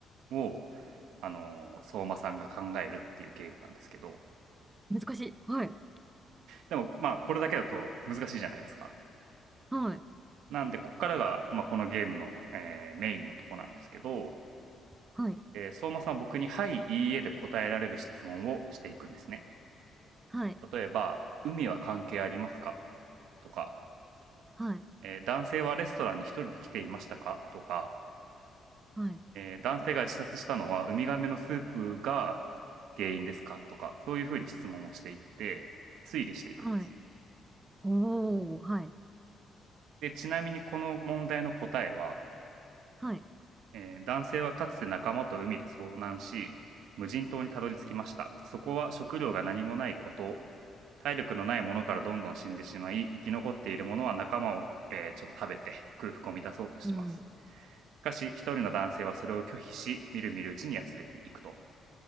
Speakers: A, on the right; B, on the right.
A: をあのー相馬さんが考えるっていうゲームなんですけど
B: 難しい。はい。
A: でもまあこれだけだと難しいじゃないですか。
B: はい。
A: なんでここからが、まあ、このゲームの、えーメインのとこなんですけど、
B: はい。
A: えー相馬さんは僕に「はい」「いいえ」で答えられる質問をしていくんですね。
B: はい。
A: 例えば「海は関係ありますか?」とか、
B: はい。
A: えー男性はレストランに一人で来ていましたか?」とか、
B: はい。
A: えー男性が自殺したのはウミガメのスープが原因ですか?」とかそういうふうに質問をしていって推理していくんです。
B: はい。おー。はい。
A: でちなみにこの問題の答えは
B: はい。
A: えー男性はかつて仲間と海で遭難し、無人島にたどり着きました。そこは食料が何もないこと、体力のないものからどんどん死んでしまい、生き残っているものは仲間を、えーちょっと食べて空腹を満たそうとします。
B: うん。
A: しかし、一人の男性はそれを拒否し、みるみるうちにやつれていくと。